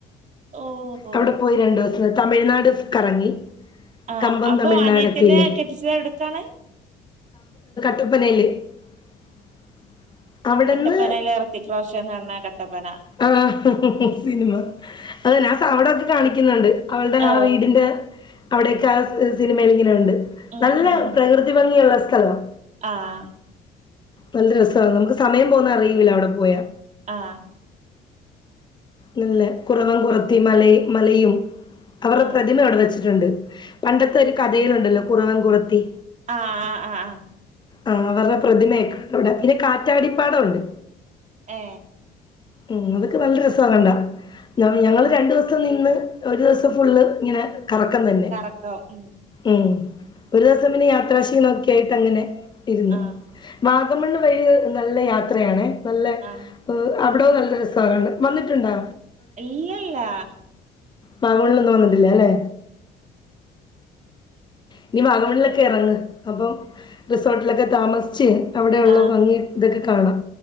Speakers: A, on the right; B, on the left.
A: ഓഹോ
B: അവിടെ പോയി രണ്ടു തമിഴ്നാട് കറങ്ങി.
A: ആ
B: കമ്പം
A: അപ്പോ
B: തമിഴ്നാടൊക്കെ
A: അനിയത്തീനെ
B: ഇല്ലേ
A: കെട്ടിച്ചത് എവിടേക്കാണ്?
B: <unintelligible> ട്ടപ്പനേല് <unintelligible> അവിടെന്ന്
A: കട്ടപ്പനയിലെ ഋത്തിക് റോഷൻ എന്ന് പറഞ്ഞ കട്ടപ്പന
B: ആ ഹും ഹും ആ സിനിമ അവനാ സൗണ്ടൊക്കെ കാണിക്കുന്നുണ്ട് അവൾടെ
A: ഓ
B: ആ വീടിന്റെ അവിടെയൊക്കെ ആ സിനിമയിൽ ഇങ്ങനെ ഉണ്ട്
A: ഉം
B: നല്ല
A: ഉം
B: പ്രകൃതി ഭംഗിയുള്ള സ്ഥലവാ
A: ആഹ്
B: നല്ല രസാ നമുക്ക് സമയം പോന്ന അറിയൂല അവിടെ പോയാ
A: ആഹ്
B: നല്ല കുറവൻ കുറത്തി മലയ് മലയും അവറെ
A: ആഹ്
B: പ്രതിമ അവിടെ വെച്ച് ട്ടുണ്ട് പണ്ടത്തെ ഒരു കഥയിലുണ്ടല്ലോ കുറവൻ കുറത്തി
A: ആന് ആഹ് ആ ആ
B: ആ അവർടെ പ്രതിമയൊക്കെ ണ്ടവിടെ പിന്നെ കാറ്റാടിപ്പാടവുണ്ട്
A: ഏ
B: ഉം അതൊക്കെ നല്ല രസ് സ്‌വാ കണ്ടാ ഞ ഞങ്ങള് രണ്ടു ദിവസം ഇത്ത നിന്ന് ഒരു ദിവസം ഫുള്ള് ഇങ്ങനെ കറക്കം തന്നെ
A: കറക്കം ഉം
B: ഉം ഒരു ദിവസം പിന്നെ യാത്രാക്ഷീണവൊക്കെ ആയിട്ട് അങ്ങനെ ഇര്ന്ന്
A: ആഹ്
B: വാഗമണ്ണ് വഴി നല്ല യാത്രയാണേ നല്ല
A: ആഹ്
B: അവിടവുംനല്ല രസവാ കാണാൻ വന്നിട്ടുണ്ടോ
A: ഇല്ല്യല്ല
B: വാഗമണ്ണ് ഒന്നും വന്ന് ഇല്ലാ ല്ലേ ഇനി വാഗമണ്ണിലൊക്കെ എറങ്ങ് അപ്പം റിസോട്ടിലൊക്കെ താമസിച്ച് അവിടെയുള്ള
A: ഏ ആഹ്
B: ഭംഗി ഇതൊക്കെ കാണാം